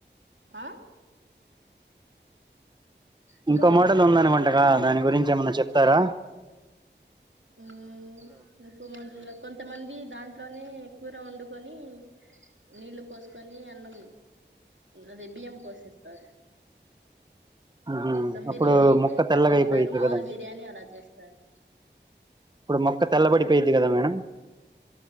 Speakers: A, on the right; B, on the right.
A: అ హలో
B: ఇంకో మోడల్ <unintelligible> దాని గురించి ఏమన్న చెప్తార
A: హు <unintelligible> కొంతమంది దాంట్లోనే కూర వండుకొని నీళ్లు పోసుకొని అన్నం అదే బియ్యం పోసేస్తారు
B: ఉహు
A: దమ్ బిర్యానీ
B: అప్పుడు
A: అయితే
B: మొక్క
A: ఇట్ట
B: తెల్లగా
A: చేస్తారు
B: అయిపోయిద్ది
A: మాముల్
B: కదా
A: బిర్యానీ అలా చేస్తారు
B: ఇప్పుడు మొక్క తెల్లబడిపోయిది కదా మేడం